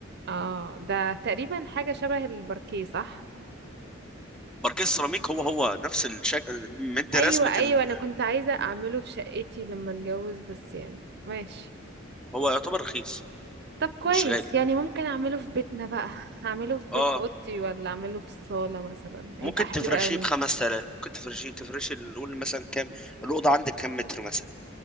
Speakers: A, on the right; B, in the centre.
A: اه ده تقريبا حاجة شبه الباركيه صح
B: ماركيز سيراميك هو هو نفس الشكل مدي
A: ايوه
B: رسمة
A: ايوه
B: ال...
A: انا كنت عايزة اعمله في شقتي لما اتجوز بس يعني ماشي
B: هو يعتبر رخيص
A: طب كويس
B: مش غالي
A: يعني ممكن اعمله في بيتنا بقى <laughs> اعمله في بي-
B: اه
A: في اوضتي ولا اعمله في الصالة مثلا يبقى
B: ممكن
A: حلو
B: تفرشيه
A: قوي
B: ب 5000 ممكن تفرشيه تفرشي نقول مثلا كام الأوضة عندك كام متر مثلا